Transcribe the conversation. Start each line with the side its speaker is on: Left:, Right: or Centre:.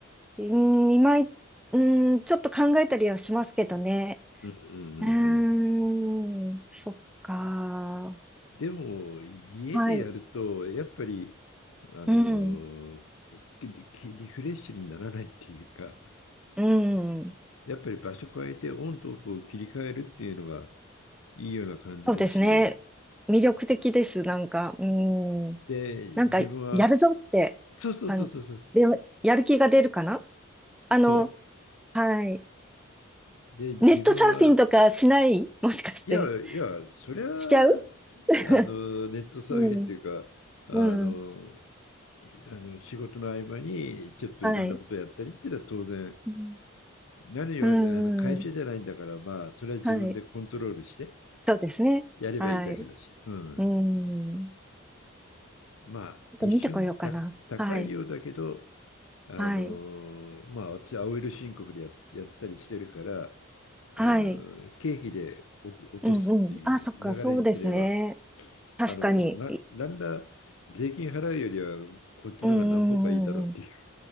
Centre: うん、今い、うん、ちょっと考えたりはしますけどね。
Left: うんうんうんうん。
Centre: うーん、そっか。
Left: でも、家でやると、
Centre: はい。
Left: やっぱり、あの
Centre: うん。
Left: ききリフレッシュにならないっていうか、
Centre: うん。
Left: やっぱり場所変えてオンとオフを切り替えるっていうのがいいような感じだし、
Centre: そうですね。魅力的です。なんか、うん。
Left: で、
Centre: なんか、
Left: 自分は、
Centre: やるぞって感じ。
Left: そうそうそうそうそう、
Centre: で、やる気が出るかなあの、
Left: そ
Centre: はい。
Left: う。で、自分は、
Centre: ネットサーフィンとかしないもしかして。
Left: いやいや、そりゃ、あ
Centre: しちゃう <laughs>
Left: の、ネットサーフィンっていうか、
Centre: うん。
Left: あの、
Centre: うん。
Left: いあの仕事の合間にちょっといろんなことやったりっていうのは当然、
Centre: はい。うん。
Left: 何よりあの会社じゃないんだから、
Centre: うんうん
Left: まあ、それは自分でコントロールして
Centre: はい。そうですね。
Left: やればいいだけだし、
Centre: はい。
Left: うん。
Centre: うん。
Left: まあ、
Centre: ちょっと見てこようかな。
Left: 一瞬た高いようだけど、
Centre: はい。
Left: あの、
Centre: はい。
Left: まあ、私、青色申告でや、やったりしてるから、
Centre: はい。
Left: あの経費でおと落とすっていう流れにすれば
Centre: うんうん。あ、そっか、そうですね。確かに。
Left: あの、な、なんだ、税金払うよりは、こっちの方が何歩かいいだろうっていう。
Centre: うんうんうんうん。